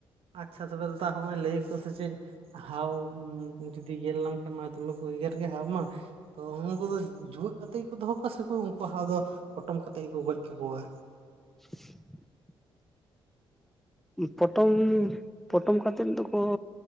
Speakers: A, on the right; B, in the centre.
A: ᱟᱪᱪᱷᱟ ᱛᱚᱵᱮ ᱫᱟᱫᱟ ᱦᱚᱸᱜ-ᱚᱭ ᱞᱟᱹᱭᱟᱠᱚ ᱥᱮ ᱪᱮᱫ ᱦᱟᱣ ᱫᱤ ᱜᱮᱨ ᱞᱮᱢ ᱠᱷᱟᱱ ᱢᱟ ᱫᱚᱢᱮ ᱠᱚ ᱜᱮᱜᱮᱨ ᱜᱮ ᱦᱟᱣ ᱢᱟ᱾ ᱛᱚ ᱦᱩᱱᱠᱩ ᱫᱚ ᱡᱩᱣᱟᱹᱜ ᱠᱟᱛᱮᱫ ᱜᱮᱠᱚ ᱫᱚᱦᱚ ᱠᱚᱣᱟ ᱥᱮᱠᱚ ᱩᱱᱠᱩ ᱦᱟᱣ ᱫᱚ ᱯᱚᱴᱚᱢ ᱠᱟᱛᱮ ᱜᱮᱠᱚ ᱜᱚᱡ ᱠᱟᱠᱚᱣᱟ?
B: <inaudible> ᱯᱚᱴᱚᱢ ᱯᱚᱴᱚᱢ ᱠᱟᱛᱮᱫ ᱫᱚᱠᱚ